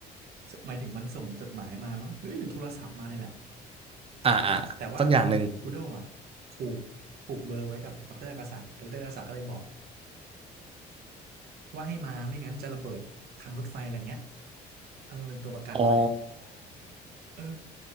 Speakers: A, on the right; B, on the right.
A: สหมายถึงมันส่งจดหมายมามั้งหรือหรือโทรศัพท์มาเนี่ยแหละ
B: อ่าอ่าสักอย่างหนึ่ง
A: แต่แต่ว่าคูคูโดอ่ะผูกผูกเบอร์ไว้กับดอกเตอร์กาสาดอกเตอร์กาสาก็เลยบอกว่าให้มาไม่งั้นจะระเบิดทางรถไฟอะไรเงี้ยเออเป็นตัวประกันไว้
B: อ๋อ
A: เออ